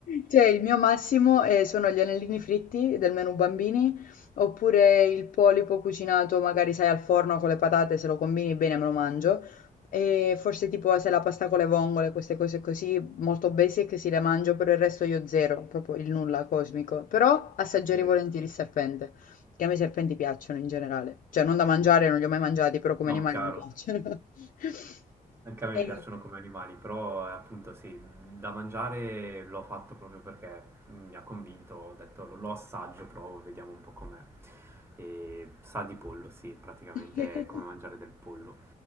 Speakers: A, on the left (about 60°); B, on the right (about 15°).
A: Cioè il mio massimo, ehm, sono gli anellini fritti del menù bambini, oppure il polipo cucinato magari sai al forno con le patate, se lo combini bene me lo mangio, e forse tipo se la pasta con le vongole, queste cose così molto basic si le mangio, per il resto io zero, proprio il nulla cosmico. Però assaggerei
B: eh,
A: volentieri
B: sì.
A: il serpente, che a me i serpenti piacciono in generale, cioè non da mangiare, non li ho mai mangiati, però come
B: No,
A: animali
B: chiaro.
A: mi piacciono. <laughs>
B: Anche a me
A: E...
B: mi piacciono come animali, però eh, appunto sì, da mangiare l'ho fatto proprio perché mm, mi ha convinto, ho detto lo lo assaggio, provo, vediamo un po' com'è. E sa di pollo, sì, praticamente
A: <laughs>
B: è come mangiare del pollo.